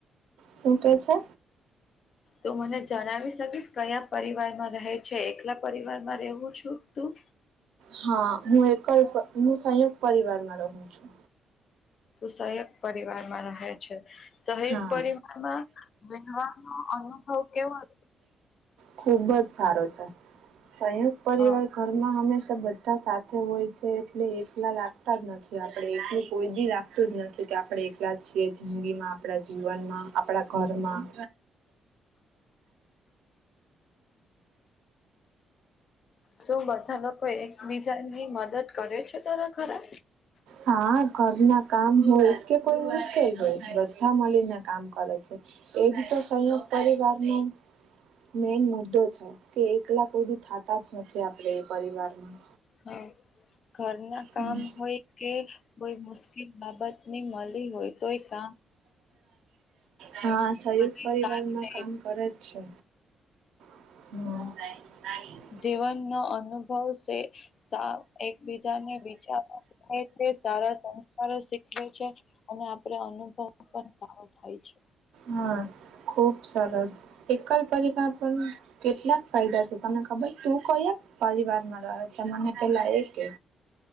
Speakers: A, on the right; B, on the left.
A: શું કે છે
B: તું મને જણાવી શકીશ કયા પરિવારમાં રહે છે એકલા પરિવારમાં રહેવું છું તું
A: હા હું એક હું સંયુક્ત પરિવારમાં રહું છું
B: સહક પરિવારમાં રહે છે સહક
A: હા
B: પરિવારમાં વ અ હ કેવું
A: ખુબ જ સારો છે સંયુક્ત પરિવાર
B: હા
A: ઘર માં હંમેશા બધા સાથે હોય છે એટલે એકલા લાગતા જ નથી આપડે એકલું કોઈ બી રાખતું જ નથી કે આપણે એલા છીએ જિંદગીમાં આપણા જીવન આપ ઘરમાં
B: શું બધા લોકો એકબીજાની મદદ કરે છે તરા ઘરા
A: હા ઘર ના કામ હોય કે કોઈ મુશ્કેલ હોય બધા મળીને કામ કરે છે એજ તો સંયુક્ત પરિવાર ન મેન મુદ્દો છે કે એકલા કોઈ બી થતા જ નથી આપણે એ પરિવારમાં
B: હા ઘર ના કામ
A: હમ.
B: હોય કે કોઈ મુશ્કેલ બાબત ની મળી હોય તોય કામ
A: હા સંયુક્
B: બધું
A: પરિવારમાં
B: સારું રહે
A: કામ કરે જ છે હમ
B: જીવન નો અનુભવશે સા એકબીજાને વિચાર એ સારા સંસ્કારો શીખવે છે અને આપડ અનુભવ પણ સારો થાય છે
A: હા ખુબ સરસ એકલ પરી પણ કેટલાક ફાયદા છે તમને ખબર તું કયા પરિવાર માં રહે છે મને પેલા એ કે